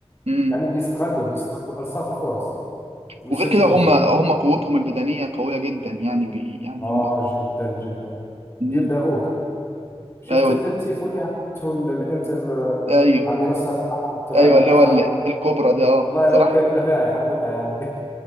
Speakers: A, on the right; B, on the left.
A: امم
B: يعني بيستغلوا بيستغلوا ألصاف الفرص ويسجلوا
A: وغير كده هم
B: فيه
A: هم قوتهم البدنيه قويه جدا يعني بي يعني
B: آه
A: هم
B: جدا جدا
A: مم.
B: بيلدغوك شفت
A: ايوه
B: التيفو اللي عملته ال- الانتر آه،
A: ايوه
B: على المنصة تبع تبع
A: ايوه
B: الأفعى
A: اللي هو ال- الكوبرا دي اه
B: والله
A: صراحه
B: هم كانوا أفاعي حقيقة يعني